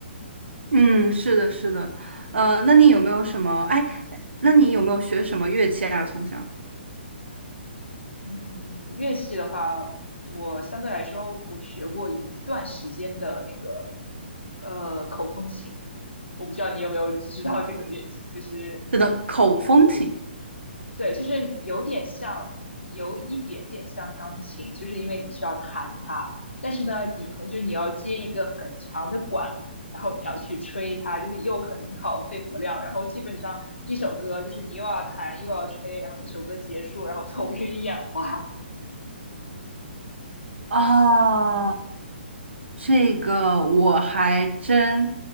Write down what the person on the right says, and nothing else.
嗯，是的，是的，呃，那你有没有什么？哎，那你有没有学什么乐器啊？从小，
是的，口风琴。
啊，这个我还真